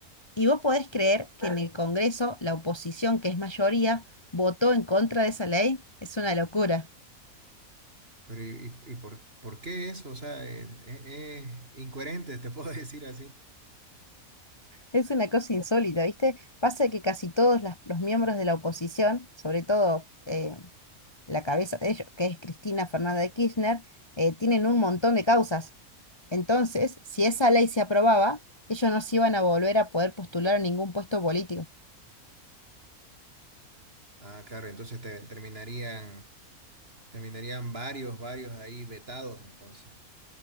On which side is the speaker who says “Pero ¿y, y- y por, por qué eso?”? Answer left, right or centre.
Right